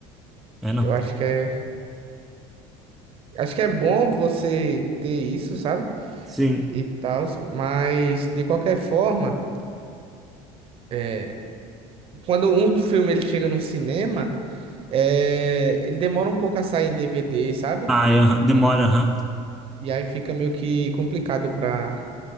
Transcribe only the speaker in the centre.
é não.
Sim.
Ai, aham, demora, aham.